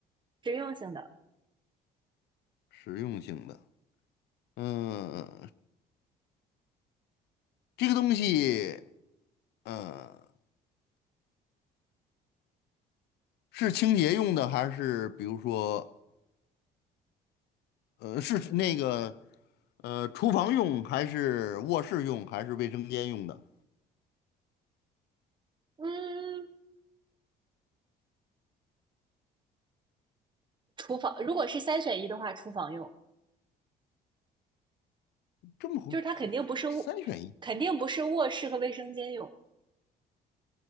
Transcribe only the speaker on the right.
实用性的。
嗯，厨房，如果是三选一的话，厨房用，
就是它肯定不是卧，
肯定不是卧室和卫生间用，